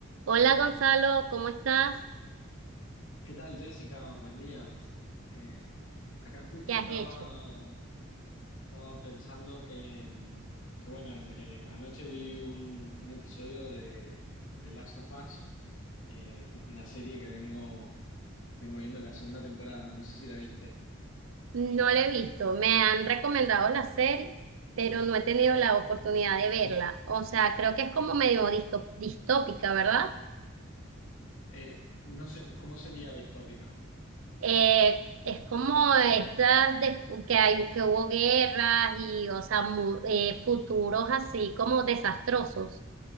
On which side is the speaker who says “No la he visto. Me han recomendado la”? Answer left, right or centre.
Right